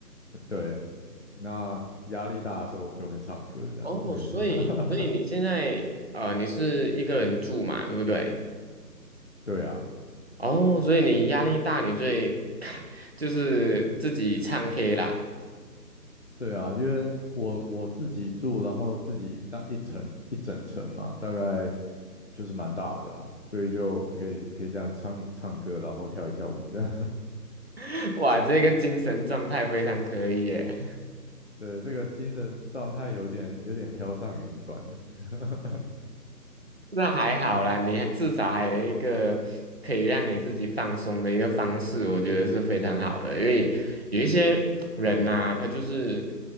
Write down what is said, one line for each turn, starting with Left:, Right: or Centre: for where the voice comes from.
Left: 对，那压力大的时候我就会唱歌这样子。
Right: 哦，
Left: <laughs>
Right: 所以所以你现在呃你是一个人住嘛，对不对？
Left: 对啊，
Right: 哦，所以你压力大，你最看就是自己唱 K 啦。
Left: 对啊，因为我我自己住，然后自己一大一层一整层嘛，大概就是蛮大的啦，所以就可以可以这样子唱唱歌，然后跳一跳舞的。<laughs>
Right: <laughs> 哇，这个精神状态非常可以耶。
Left: 对，这个精神状态有点有点飘上云端了。<laughs>
Right: <laughs> 那还好啦，你还至少还有一个可以让你自己放松的一个方式，我觉得是非常好的。因为有一些人呐、他就是